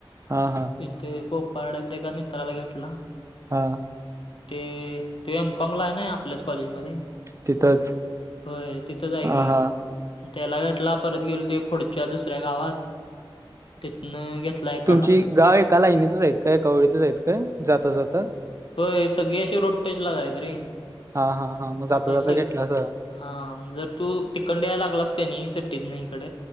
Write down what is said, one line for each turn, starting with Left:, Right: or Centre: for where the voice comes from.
Right: हा हा!
Left: तिथं कोपारड्यात एका मित्राला घेतला.
Right: हा!
Left: ते तो एम कॉम ला आहे ना आपल्याच कॉलेजमध्ये.
Right: तिथंच.
Left: होय तिथंच आहे
Right: हा
Left: की.
Right: हा
Left: त्याला घेटला परत गेलो ते, पुढच्या दुसऱ्या गावात. तिथनं घेतला एक.
Right: तुमची गावं एका लाईनीतच आहेत काय, एकाओळीतच आहेत काय जाता, जात?
Left: होय सगळी अशी रोड टच लाच आहेत रे.
Right: हा हा हा म जाता,
Left: आता
Right: जाता
Left: सग
Right: घेटलं अस.
Left: हा जर तू तिकंडन यायला लागलास क नही सिटी त न हीकड